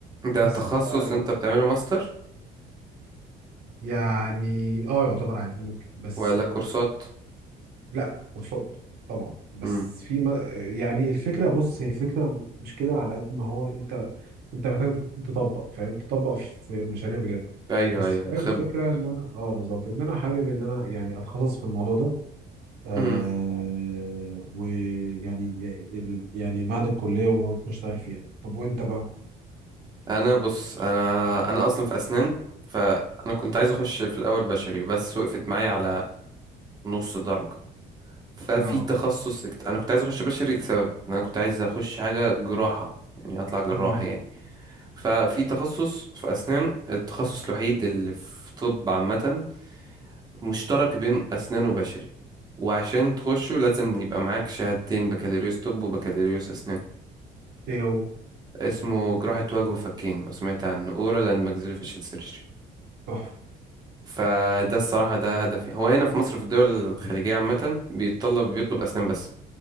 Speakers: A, on the right; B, on the right.
A: ده
B: بس
A: تخصص
B: آه،
A: انت
B: أصل
A: بتعمله ماستر
B: يعني اه يعتبر عادي ممكن بس
A: ولا كورسات
B: لا كورسات طبعا بس
A: امم
B: في ما يعني الفكره بص هي الفكره مش كده على قد ما هو انت انت محتاج تطبق فاهم تطبق في مشاريع بجد
A: ايوه
B: بس
A: ايوه
B: هي
A: خب
B: الفكره ان انا اه بالظبط ان انا حابب ان انا يعني اتخصص في الموضوع ده آه
A: امم
B: ويعني ي- يعني بعد الكليه واشتغل فيها طب وانت بقى
A: انا بص انا انا اصلا في اسنان فانا كنت عايز اخش في الاول بشري بس وقفت معايا على نص درجة ففي
B: اه
A: تخصص اكت... انا كنت عايز اخش بشري لسبب إن انا كنت عايز اخش حاجة جراحة يعني اطلع جراح
B: امم
A: يعني ففي تخصص في أسنان التخصص الوحيد اللي في طب عامة مشترك بين أسنان وبشري وعشان تخشه لازم يبقى معاك شهادتين بكالوريوس طب وبكالوريوس أسنان
B: ايه هو
A: اسمه جراحة وجه وفكين لو سمعت عنه oral and maxillofacial surgery
B: تحفه
A: فده الصراحة ده هدفي هو هنا في مصر في الدول الخليجية عامة بيتطلب بيطلب أسنان بس